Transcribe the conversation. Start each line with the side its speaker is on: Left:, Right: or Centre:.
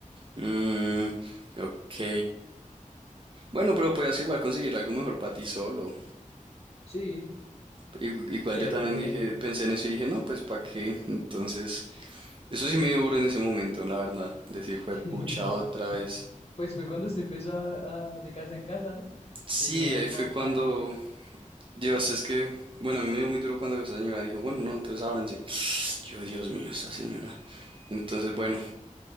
Right: Mm, ok. Bueno, pero podías igual conseguir algo mejor para ti solo.
Left: Sí,
Right: Igu- Igual
Left: que
Right: yo
Left: ahí
Right: también
Left: fue.
Right: dije, pensé en eso y dije, no, pues para qué. Entonces, eso sí me dio duro en ese momento, la verdad. Decir, fue
Left: <laughs>
Right: pucha otra vez.
Left: Pues fue cuando usted empezó a, a- de casa en casa, ¿no?
Right: Sí,
Left: que lo iban
Right: ahí
Left: como
Right: fue
Left: adoptando.
Right: cuando, Dios, es que, bueno, a mí me dio muy duro cuando esa señora dijo, bueno, no, entonces ábranse. Yo, Dios mío, esta señora. Entonces, bueno,